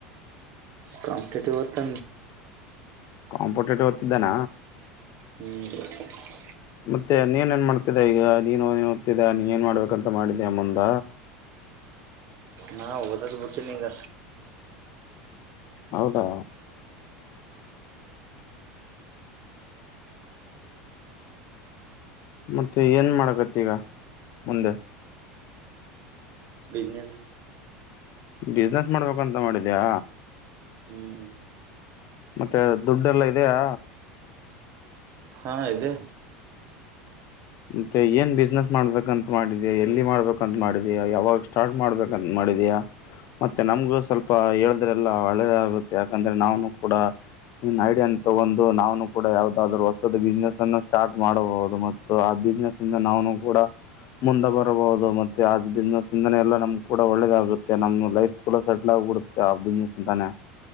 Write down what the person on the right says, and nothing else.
ಕಂಪಟೇಟಿವ್ತ
ಹ್ಮ್
ನಾ ಓದಕ್ಕೆ ಬಿಡ್ಟ್ಟೀನಿಂಗ
ಬಿಿಸ್ನೆಸ್
ಹ್ಮ್
ಹಾ ಇದೆ